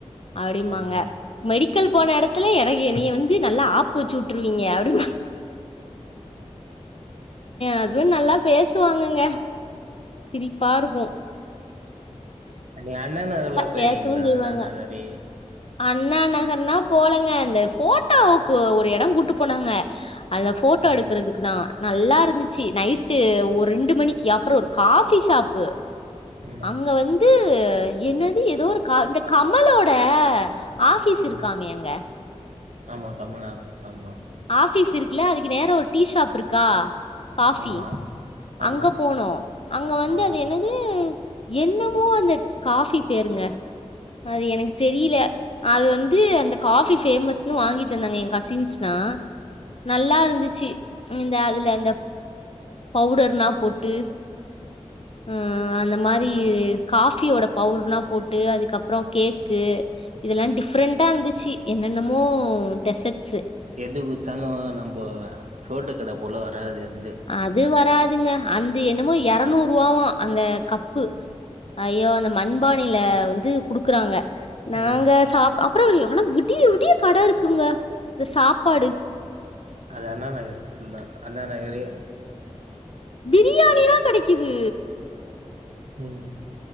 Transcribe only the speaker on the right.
ஆமா
நீ அண்ணா நகர் எல்லா போயிருக்கீங்களா
அண்ணா நகரே
ம்
ம்
ம்
ஆமா கமலா ஆபீஸ் ஆமா
ஆமா ஆமா
ஆமா
எது குச்சாலு நம்ப ரோட்டு கட போல வராது எ
ம்
அது அண்ணா நகர் ஃபுல்லா அண்ணா நகரே
ம்